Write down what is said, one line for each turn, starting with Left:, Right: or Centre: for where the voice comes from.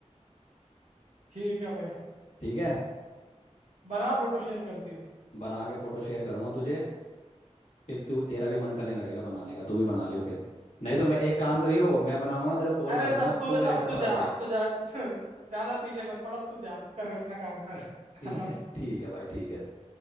Right: ठीक है भाई
Left: ठीक है
Right: बना फोटो शेयर कर दियो
Left: बना के फोटो शेयर करूंगा तुझे फिर तू तेरा भी मन करने लगेगा बनाने का तू भी बना लियो फिर नहीं तो मैं एक काम करियो मैं बनाऊंगा ना तेरे को कॉल
Right: अरे
Left: कर दूंगा
Right: अब तू
Left: तू मेरे
Right: अब
Left: घर
Right: तू
Left: पर आ
Right: जा
Left: जाइयो
Right: अब तू जा <laughs> ज्यादा पीछे मत पड़ अब तू जा कर अपना काम कर <laughs>
Left: ठीक
Right: हाँ
Left: है ठीक है भाई ठीक है